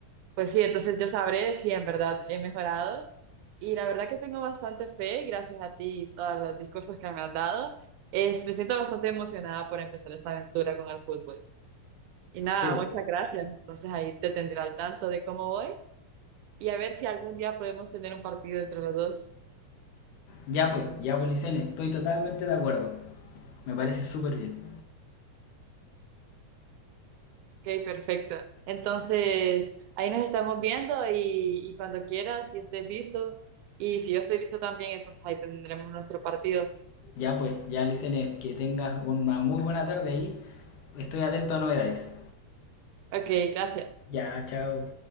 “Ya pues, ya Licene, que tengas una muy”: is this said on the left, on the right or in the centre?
Left